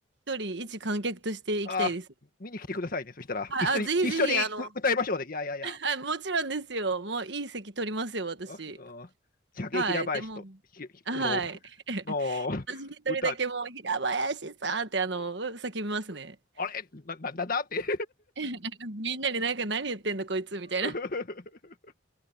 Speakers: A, on the right; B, on the left.
A: 一人一観客として行きたいです。
B: あー見に来てくださいね。そしたら、
A: はい、
B: 一緒に、
A: あ、ぜひぜひ、
B: 一緒にう歌いましょうね。
A: あの、
B: いやいやいや、
A: はい、もちろんですよ。もういい席取りますよ、私。
B: うんうん茶毛平林と、
A: はい、でも、
B: ひひこ
A: はい。<laughs>
B: の、の、
A: 私一人だけもう、
B: 歌、
A: 平林さんってあの、叫びますね。
B: あれな、な、な、なんて
A: <laughs> みんなになんか何言ってんだこいつみたいな。
B: <laughs>